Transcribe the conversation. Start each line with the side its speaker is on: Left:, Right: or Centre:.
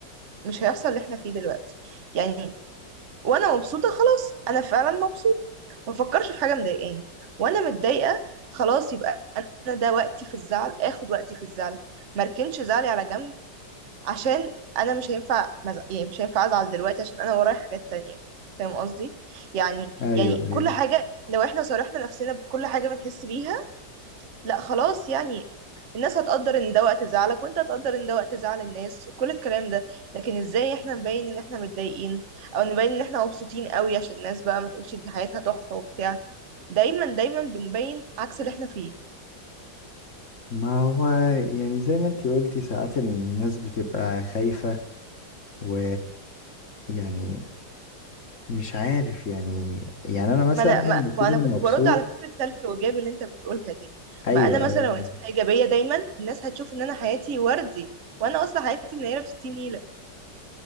Right: مش هيحصل اللي احنا فيه دلوقتي يعني وانا مبسوطة خلاص انا فعلا مبسوطة ما فكرش في حاجة مضايقاني وانا متضايقة خلاص يبقى انا ده وقتي في الزعل اخد وقتي في الزعل مركنش زعلي على جنب عشان انا مش هينفع مز... يعني مش هينفع ازعل دلوقتي عشان انا ورايا حاجات تانية فاهم قصدي يعني
Left: أيوه
Right: يعني
Left: أيوه
Right: كل حاجة لو احنا صارحنا نفسنا بكل حاجة بنحس بيها لا خلاص يعني الناس هتقدر ان ده وقت زعلك وانت هتقدر ان ده وقت زعل الناس وكل الكلام ده لكن ازاي احنا نبين ان احنا متضايقين او نبين ان احنا مبسوطين قوي عشان الناس بقى ما تقولش دي حياتها تحفة وبتاع دايما دايما بنبين عكس اللي احنا فيه
Left: ما هو يعني زي ما انتي قلتي ساعات الناس بتبقى خايفة و يعني مش عارف يعني يعني انا مثلا
Right: ما انا ما,
Left: بكون
Right: ما انا كنت
Left: مبسوط
Right: برد على فكره سلبي وايجابي اللي انت بتقولها دي
Left: ايوه
Right: ما انا
Left: ايوه
Right: مثلا لو
Left: فاهم
Right: انسانه ايجابيه دايما الناس هتشوف ان انا حياتي وردي وانا اصلا حياتي منيره بستين نيله